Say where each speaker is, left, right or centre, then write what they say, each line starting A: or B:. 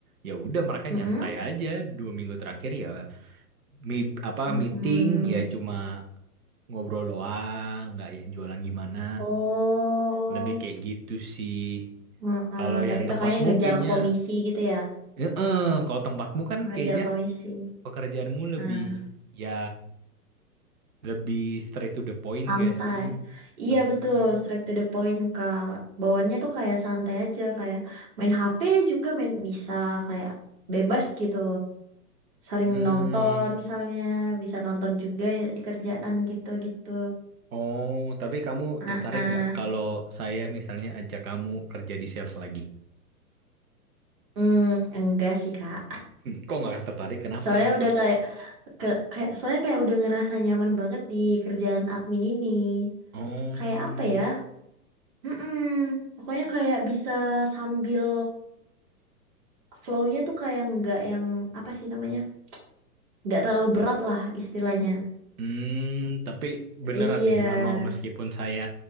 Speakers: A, on the right (about 60°); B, on the right (about 35°).
A: ya udah mereka
B: Mm-mm.
A: nyantai aja dua minggu terakhir ya mi- apa
B: Mm-mm.
A: meeting ya cuma ngobrol doang, nggak yang jualan gimana.
B: Oh,
A: Lebih kayak gitu sih.
B: mm-mm.
A: Kalau
B: Tapi
A: yang
B: kakaknya
A: tempatmu
B: ngejar
A: kayaknya,
B: komisi gitu ya?
A: heeh, kalau tempatmu kan
B: Ngejar
A: kayaknya
B: komisi.
A: pekerjaanmu lebih
B: Nah.
A: ya lebih straight to the point
B: Santai.
A: gak sih?
B: Iya
A: Heeh.
B: betul, straight to the point Kak. Bawaannya tuh kayak santai aja, kayak main HP juga main bisa kayak bebas gitu. Sering
A: Hmm.
B: nonton misalnya, bisa nonton juga ya di kerjaan gitu-gitu.
A: Oh, tapi kamu
B: Ah,
A: tertarik
B: ah.
A: nggak kalau saya misalnya ajak kamu kerja di sales lagi?
B: Hmm, enggak sih Kak.
A: Kok nggak tertarik?
B: <laughs>
A: Kenapa?
B: Soalnya udah kayak ke- kayak soalnya kayak udah ngerasa nyaman banget di kerjaan admin ini.
A: Oh,
B: Kayak apa ya? Mm-mm. Pokoknya kayak bisa sambil flow-nya tuh kayak nggak yang apa sih namanya? Nggak terlalu berat lah istilahnya.
A: hmm, tapi beneran
B: Iya.
A: nih nggak mau meskipun saya